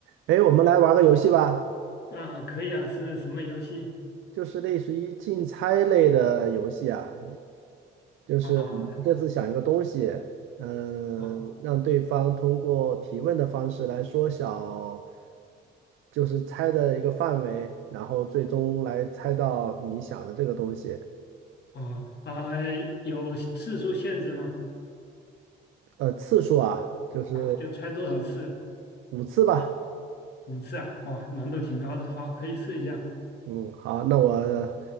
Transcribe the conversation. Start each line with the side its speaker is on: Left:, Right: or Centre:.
Right: 哎，我们来玩个游戏吧，
Left: 啊，可以啊，是什么游戏？
Right: 就是类似于竞猜类的游戏啊，就是我们各自想一个东西，
Left: 啊
Right: 嗯，
Left: 啊
Right: 让对方通过提问的方式来缩小，就是猜的一个范围，然后最终来猜到你想的这个东西。
Left: 啊啊！有次数限制吗？
Right: 呃，次数啊，就是
Left: 啊，就猜多少次？
Right: 五次吧。
Left: 五次啊？哇，难度挺高的。好，可以试一下。
Right: 嗯，好，那我